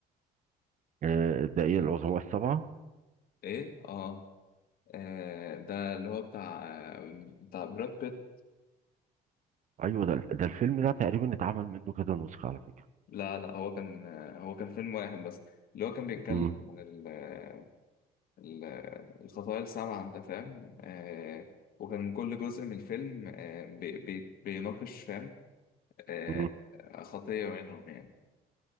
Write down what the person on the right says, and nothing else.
آه، ده ايه العظماء السبعه
ايوه ده ده الفيلم ده تقريبا اتعمل منه كذا نسخه على فكره
أمم،
أمم.